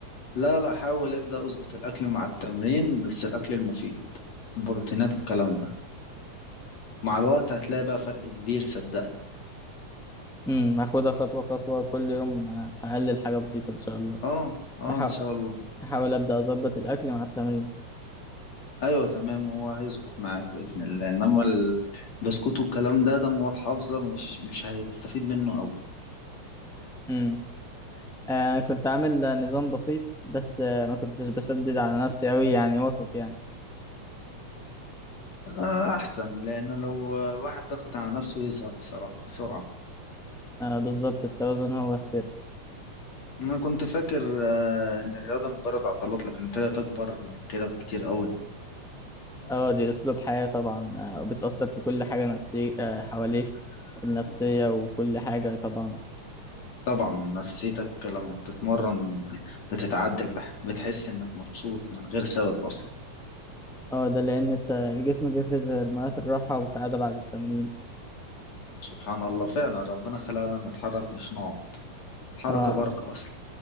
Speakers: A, on the left (about 55°); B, in the centre.
A: لا لا حاول ابدأ اظبط الاكل مع التمرين بس الاكل المفيد البروتينات والكلام ده مع الوقت هتلاقي بقى فرق كبير صدقني
B: امم هاخدها خطوة خطوة كل يوم آه، هقلل حاجة بسيطة ان شاء الله
A: اه اه
B: هحاول
A: ان شاء الله
B: احاول ابدا اظبط الاكل مع التمرين
A: ايوه تمام هو هيظبط معاك باذن الله انما البسكوت والكلام ده ده مواد حافظه مش مش هتستفيد منه قوي
B: امم آه كنت عامل آه، نظام بسيط بس آه ما كنتش بشدد على نفسي قوي يعني وسط يعني
A: آه احسن لانه لو الواحد ضغط على نفسه يزهق بصراحه بسرعه
B: آه بالظبط التوازن هو السر
A: انا كنت فاكر آه ان الرياضه مجرد عضلات لكن طلعت اكبر من كده بكتير قوي
B: اه دي اسلوب حياة طبعا آه وبتأثر في كل حاجة نفسية آه حواليك النفسية وكل حاجة طبعا
A: طبعا نفسيتك لما بتتمرن بتتعدل بح- بتحس انك مبسوط من غير سبب اصلا
B: اه ده لأن الت- الجسم بيفرز هرمونات الراحة والسعادة بعد التمرين
A: سبحان الله فعلا ربنا خلقنا نتحرك مش نقعد حركة
B: اه
A: بركة اصلا